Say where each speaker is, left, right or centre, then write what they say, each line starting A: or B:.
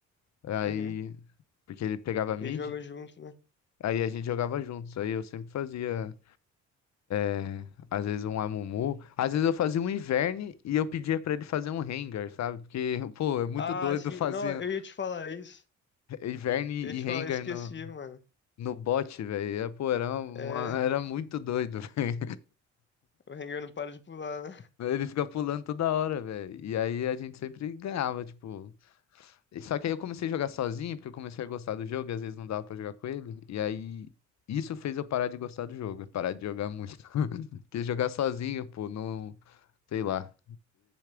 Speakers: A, on the left (about 65°); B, on the left (about 40°).
A: Aí
B: Uhum.
A: porque ele pegava mid,
B: Quem joga junto, né?
A: aí a gente jogava juntos. Aí eu sempre fazia né? Às vezes um Amumu. Às vezes eu fazia um Ivern e eu pedia pra ele fazer um Rengar, sabe? Porque, <laughs> pô, é muito
B: Ah,
A: doido
B: sim.
A: fazer
B: Não, eu ia te falar isso.
A: Ivern e
B: Eu ia te
A: Rengar
B: falar, esqueci,
A: no,
B: mano.
A: no bot, velho. É, Pô, era, uma-
B: É.
A: era muito doido, <laughs> velho.
B: O Rengar não para de pular, né?
A: Ele fica pulando toda hora, velho. E aí a gente sempre ganhava, tipo. Só que aí eu comecei a jogar sozinho, porque eu comecei a gostar do jogo e às vezes não dava pra jogar com ele. E aí. Isso fez eu parar de gostar do jogo, parar de jogar muito. <laughs> Porque jogar sozinho, pô, não. Sei lá.